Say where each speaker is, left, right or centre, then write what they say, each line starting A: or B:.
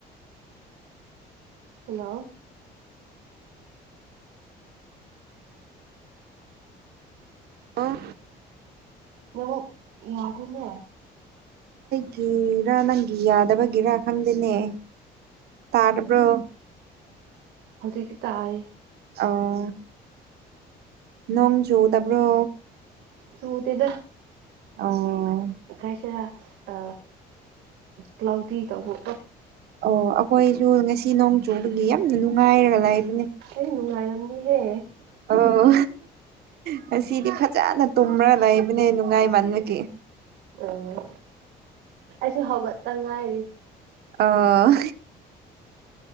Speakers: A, on the right; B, on the right.
A: ꯍꯜꯂꯣ
B: ꯑꯣ
A: ꯅꯕꯨ ꯌꯥꯗꯅꯦ
B: ꯒꯤꯤꯔꯥ ꯅꯪꯒꯤ ꯌꯥꯗꯕ ꯒꯤꯔꯥ ꯈꯪꯗꯦꯅꯦ ꯇꯥꯔꯕ꯭ꯔꯣ
A: ꯍꯧꯖꯤꯗꯒꯤ ꯇꯏ
B: ꯑꯣ ꯅꯣꯡ ꯆꯨꯗꯕꯔꯣ
A: ꯆꯨꯗꯤꯗ
B: ꯑꯣ
A: ꯀꯥꯏꯁꯤꯔꯥ ꯑ ꯀ꯭ꯂꯥꯎꯗꯤ ꯇꯧꯕ
B: ꯑꯣ ꯑꯩꯈꯣꯏꯁꯨ ꯉꯁꯤ ꯅꯣꯡ ꯆꯨꯕꯒꯤ ꯌꯥꯝꯅ ꯅꯨꯡꯉꯥꯏꯔ ꯂꯩꯕ
A: ꯑꯩ ꯅꯨꯡꯉꯥꯏꯔꯝꯅꯤꯍꯦ
B: ꯑꯣ ꯉꯁꯤꯗꯤ ꯐꯖꯅ ꯇꯨꯝꯔ ꯂꯩꯕꯅꯦ ꯅꯨꯡꯉꯥꯏꯃꯟꯕꯒꯤ
A: ꯑꯣ ꯑꯩꯁ ꯍꯒꯠꯇꯪ ꯉꯥꯏꯔꯤ
B: ꯑꯣ